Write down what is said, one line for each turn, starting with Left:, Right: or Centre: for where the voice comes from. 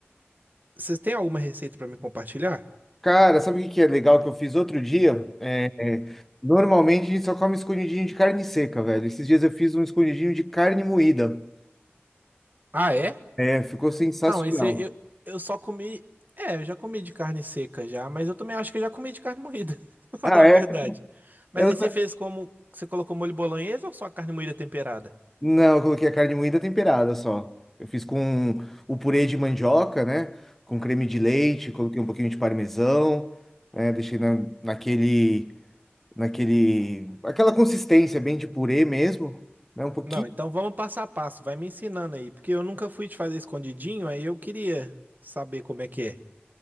Right: Vocês têm alguma receita pra me compartilhar?
Centre: Cara, sabe o que que é legal que eu fiz outro dia? É, é, normalmente a gente só come escondidinho de carne seca, velho. Esses dias eu fiz um escondidinho de carne moída.
Right: Ah, é?
Centre: É, ficou sensacional.
Right: Ah, mas isso eu, eu só comi. É, eu já comi de carne seca já, mas eu também acho que eu já comi de carne moída, <laughs> pra
Centre: Ah,
Right: falar a
Centre: é?
Right: verdade. Mas
Centre: Eu
Right: aí você
Centre: não,
Right: fez como? Você colocou molho bolonhesa ou só a carne moída temperada?
Centre: não, eu coloquei a carne moída temperada só. Eu fiz com o purê de mandioca, né? Com creme de leite, coloquei um pouquinho de parmesão, né? Deixei na, naquele. naquele, aquela consistência bem de purê mesmo, né? Um pouquinho.
Right: Não, então vamos passo a passo, vai me ensinando aí, porque eu nunca fui te fazer escondidinho, aí eu queria saber como é que é.